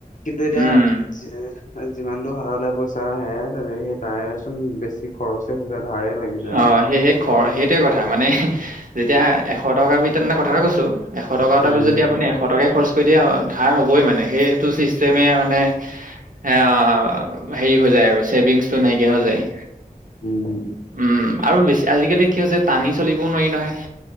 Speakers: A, on the left (about 60°); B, on the right (about 65°).
A: কিন্তু এতিয়া
B: উম
A: চে যিমানটো হাতলৈ পইচা আহে, সেই তাৰেচোন বেছি খৰচে হৈ যায়, ধাৰেই লাগি যায়।
B: অ',
A: মোৰ।
B: সেই সেই খ সেইটোৱে কথা, মানে যেতিয়া এশ টকাৰ ভিতৰত মানে কথাটো কৈছোঁ। এশ টকা
A: উম।
B: এটাপৰা যদি আপুনি এশ টকাই খৰচ কৰি দিয়ে, ধাৰ হ'বই মানে সেইটো চিষ্টেমে মানে সেয়া, হেৰি হৈ যায় আৰু ছেভিংছটো নাইকিয়া হৈ যায়।
A: উম, উম।
B: উম, আৰু বেছি আজিকালি কি হৈছে টানি চলিবও নোৱাৰি নহয়।